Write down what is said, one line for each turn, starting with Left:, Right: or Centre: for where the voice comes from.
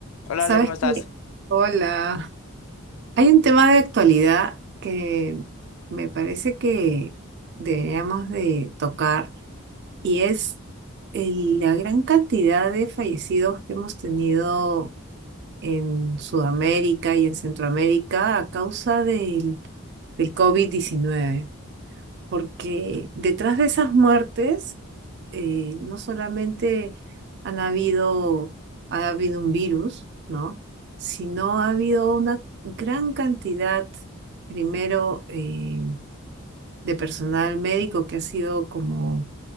Left: Hola
Right: Sabes
Left: Ale, ¿cómo estás?
Right: que, hola, hay un tema de actualidad que me parece que deberíamos de tocar y es el- la gran cantidad de fallecidos que hemos tenido en Sudamérica y en Centroamérica a causa del, del covid diecinueve porque detrás de esas muertes eh, no solamente han habido, ha habido un virus, ¿no? Sino ha habido una gran cantidad, primero, eh, de personal médico que ha sido como